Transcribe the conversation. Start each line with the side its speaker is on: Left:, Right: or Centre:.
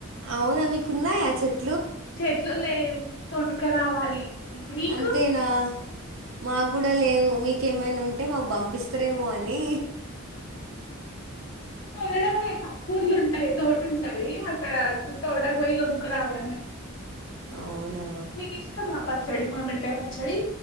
Right: అవునా మీకు ఉన్నాయా చెట్
Left: చెట్లు లేవు కోన్ రావాలి మీకు
Right: అంతేనా మాకు కూడా లేవు మీకేమైనా ఉంటే మాకు పంపిస్తారేమో అని
Left: కొనడమే కూర్లు ఉంటాయి తోట ఉంటది అక్కడ తోటకు పోయి కొనుకు రావడమే
Right: అవునా
Left: మీకు ఇష్టం ఆ పచ్చడి మామిడికాయ పచ్చడి